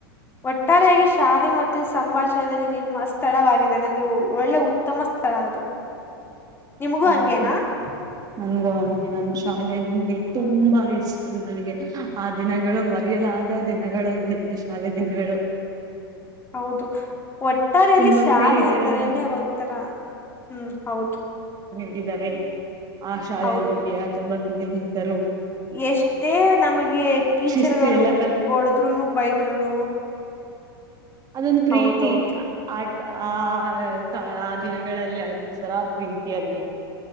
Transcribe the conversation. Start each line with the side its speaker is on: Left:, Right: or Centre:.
Left: ಒಟ್ಟಾರೆಯಾಗಿ ಶಾಲೆ ಮತ್ತು ಸಂಭಾಷ <unintelligible> ನಿರ್ಮಾ ಸ್ಥಳವಾಗಿದೆ ನನ್ಗೆ ಒಳ್ಳೆ ಉತ್ತಮ ಸ್ಥಳ ಅದು ನಿಮಗೂ
Right: ಹೌದು
Left: ಹಂಗೇನಾ.
Right: ನನ್ಗೂ ಹಾಗೆ ನನ್ ಶಾಲೆೆ ಅಂದ್ರೆ ತುಂಬಾ
Left: ಹ್ಮ
Right: ಇಷ್ಟ ನನಗೆ. ಆ ದಿನಗಳು ಮರೆಯಲಾದ ದಿನಗಳು ನನಗೆ ಶಾಲೆ ದಿನಗಳು.
Left: ಹೌದು ಒಟ್ಟಾರೆಯಲ್ಲಿ
Right: ತುಂಬಾ
Left: ಶಾಲೆ
Right: ಸ್ನೇಹಿತರನ್ನು
Left: ಅಂದ್ರೇನೆ ಒಂಥರ ಹ್ಮ್ ಹೌದು.
Right: ನೀದ್ದಾರೆ ಆ ಶಾಲೆ
Left: ಹೌದು
Right: ನಮ್ಗೆ ತುಂಬಾ <unintelligible> ಚಂದೆ ನಿಂತರು
Left: ಎಷ್ಟೇ ನಮಗೆ ಟೀಚರ್ಗಳು
Right: ಶಿಸ್ತು ಎಲ್ಲಾ
Left: ಹೊಡದ್ರುನು ಬೈದ್ರುನು.
Right: ಅದೊಂದ ಪ್ರೀತಿ.
Left: ಹೌದೌದು
Right: ಆಟ ಆ ಕ ಆ ದಿನಗಳಲ್ಲಿ ಆದೊಂತರಾ ಪ್ರೀತಿ ಅಲ್ಲಿ.